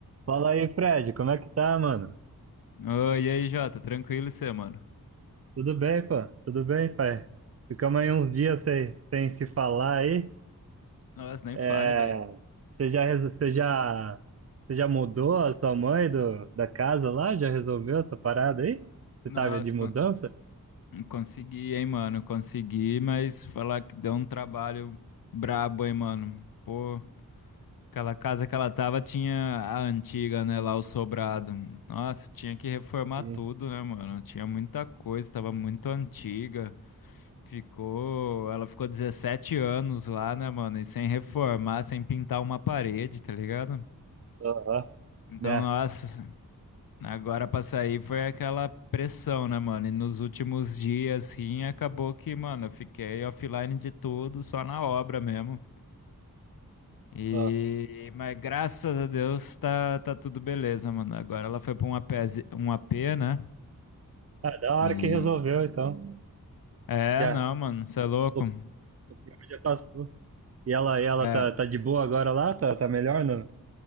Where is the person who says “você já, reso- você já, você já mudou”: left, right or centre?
Right